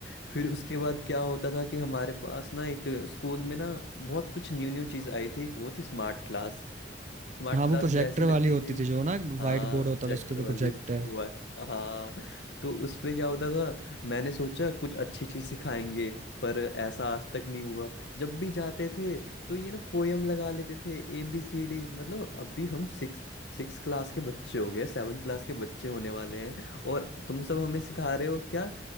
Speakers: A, on the left (about 70°); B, on the right (about 40°).
A: फिर उसके बाद क्या होता था कि हमारे पास ना एक स्कूल में ना बहुत कुछ न्यू न्यू चीज आई थी वो थी स्मार्ट क्लास स्मार्ट
B: हाँ
A: क्लास
B: वो प्रोजेक्टर
A: जैसी लगती
B: वाली होती
A: थी
B: थी जो ना
A: हाँ
B: वाइट बोर्ड
A: प्रोजेक्टर
B: होता था उसके ऊपर
A: वाली
B: प्रोजेक्टर
A: वो है हाँ तो उस पे क्या होता था मैंने सोचा कुछ अच्छी चीज सिखाएंगे पर ऐसा आज तक नहीं हुआ जब भी जाते थे तो ये ना पोयम लगा लेते थे ए बी सी डी मतलब अभी हम सिक्स सिक्स क्लास के बच्चे हो गए सेवन क्लास के बच्चे होने वाले हैं और तुम सब हमें सिखा रहे हो क्या